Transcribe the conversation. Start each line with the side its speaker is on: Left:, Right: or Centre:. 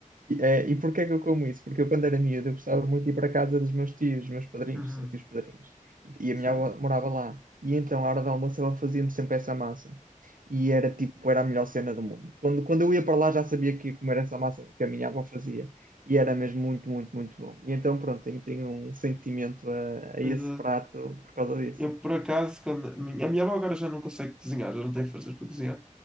Right: E, é, e porquê que eu como isso? Porque eu, quando era miúdo, eu gostava muito de ir para a casa dos meus tios, dos meus padrinhos,
Centre: Uhum,
Right: são tios padrinhos. E, e a
Centre: certo.
Right: minha avó morava lá. E então, à hora do almoço, ela fazia-me sempre essa massa. E era tipo, era a melhor cena do mundo. Quando, quando eu ia para lá, já sabia que ia comer essa massa que a minha avó fazia. E era mesmo muito, muito, muito bom. E então, pronto, tenho, tenho um sentimento a, a
Centre: Mas
Right: esse
Centre: eh,
Right: prato por causa disso.
Centre: eu, por acaso, quando. A minha a minha avó agora já não consegue cozinhar, já não tem forças para cozinhar.